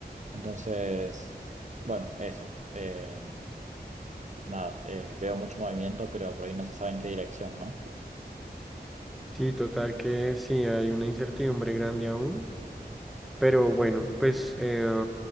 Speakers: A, on the right; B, in the centre.
A: Entonces, bueno, eso. eh, nada, eh, veo mucho movimiento, pero por ahí no se sabe en qué dirección, ¿no?
B: Sí, total que sí, hay una incertidumbre grande aún. Pero bueno, pues eh,